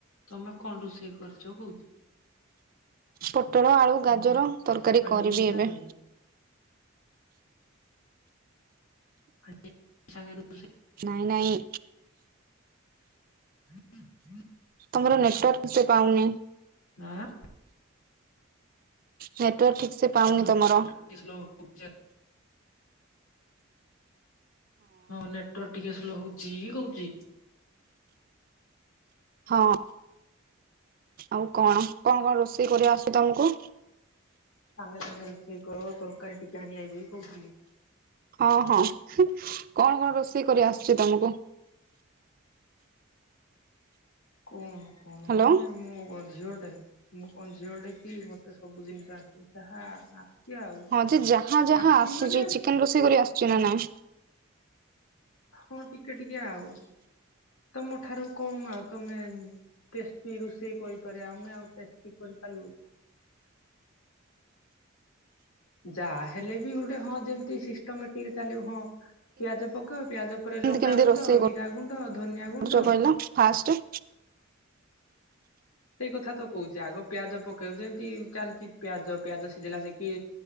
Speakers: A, on the left; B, on the right.
A: ତମେ କଣ ରୋଷେଇ କରିଛ କହୁଚି।
B: ପୋଟଳ ଆଳୁ ଗାଜର
A: ଓହୋ
B: ତରକାରୀ
A: ଆଣି
B: କରିବି
A: ଆଇବି ତାହେଲେ
B: ଏବେ।
A: <unintelligible> ୁ
B: ନାଇଁ ନାଇଁ।
A: <inaudible>
B: ତମର ନେଟୱାର୍କ ସେ ପାଉନି।
A: ଆ।
B: ନେଟୱାକ ଠିକ ସେ। ପାଉନି
A: ହଁ
B: ତମର
A: ସ୍ଲୋଲୋ ହୋଉଛ। ହଁ ନେଟୱାର୍କ ଟିକିଏ ସ୍ଲୋ ହଉଛି କହୁଛି।
B: ହଁ ଆଉ କଣ କଣ କଣ ରୋଷେଇ କରିବା ଆସୁଛି ତମକୁ।
A: ସାଙ୍ଗେ ସାଙ୍ଗେ ରୋଷେଇ କର ତରକାରୀ ଟିକିଏ ଆଣଆବ କହୁଥିଲି।
B: ହଁ ହଁ କଣ କଣ ରୋଷେଇ କରି ଆସୁଛି ତମକୁ।
A: କଣ କଣ
B: ହ୍ୟାଲୋ
A: ମାନେ ମୁଁ ଝିଅ ଟେ। ମୁଁ କଣ ଝିଅ ଟେ କି ମତେ ସବୁ ଜିନିଷ ଆସି ଯାହା ଆଉ।
B: ହଁ ଯେ ଯାହା ଯାହା
A: ଆସିଛି
B: ଆସୁଛି
A: ମାନେ
B: ଚିକେନ ରୋଷେଇ କରି ଆସୁଛି ନା ନାଇଁ।
A: ହଁ ଟିକିଏ ଟିକିଏ ଆଉ ତମ ଠାରୁ କମ ଆଉ ତମେ। ଟେଷ୍ଟି ରୋଷେଇ କରିପାରିବା ଆମେ ଆଉ ଟେଷ୍ଟି କରିପାରିବୁ। ଯାହା ହେଲେ ବି ଗୋଟେ ହଁ ଯେମତି ସିଷ୍ଟମେଟିକ ଚାଲିବ ହଁ ପିଆଜ ପକେଇବ ପିଆଜ ତାରେ
B: କେମିତି
A: ଲଙ୍କାଗୁଣ୍ଡ
B: କେମିତି ରୋଷେଇ
A: ଜିରା ଗୁଣ୍ଡ ଧନିଆ
B: କରୁଛ
A: ଗୁଣ୍ଡ।
B: କହିଲ ଫାଷ୍ଟ।
A: ସେଇ କଥା ତ କହୁଛିେ ଆଗ ପିଆଜ ପକେଇବ ଯେମିତି ଚାଲିଛି ପିଆଜ ପିଆଜ ସିଝିଲା ସିକି